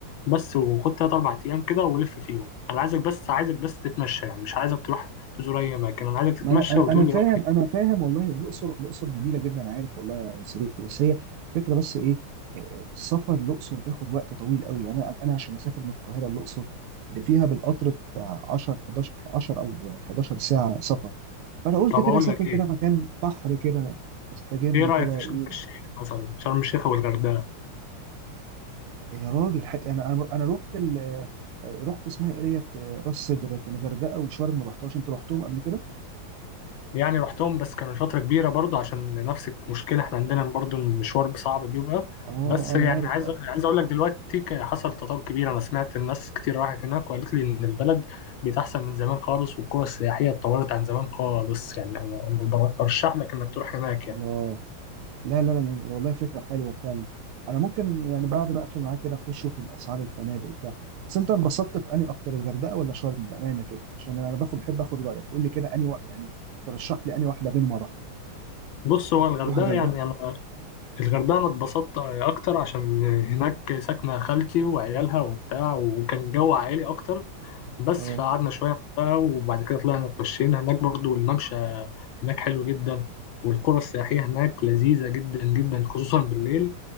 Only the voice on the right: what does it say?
ما انا انا
أنا فاهم
انا فاهم والله الاقصر الاقصر جميله جدا عارف والله يا صديقي بس هي فكره بس ايه آه، السفر الاقصر بياخد وقت طويل قوي انا انا عشان اسافر من القاهره الاقصر ده فيها بالقطر بتاع 10 11 10 او 11 ساعه سفر فانا قلت
كده
اسافر
كده
مكان بحر كده استجم
كده
ايه
يا راجل ح- يعني انا انا رحت ال آه، رحت اسمها ايه ديت آه، راس سدر لكن الغردقه وشرم ما رحتهاش انت رحتهم قبل كده
اه
انا
عارف
آه.
الله
لا لا لا والله فكرة حلوة فعلا أنا ممكن يعني بعد ما أقفل معاك كده أخشوا في الأسعار الفنادق وبتاع بس أنت انبسطت في أنهي أكتر الغردقة ولا شرم بأمانة كده عشان أنا باخد بحب آخد رأيك قول لي كده أنهي وا- يعني ترشح لي أنهي واحدة بينهم أروحها
أروح الغردقة
أه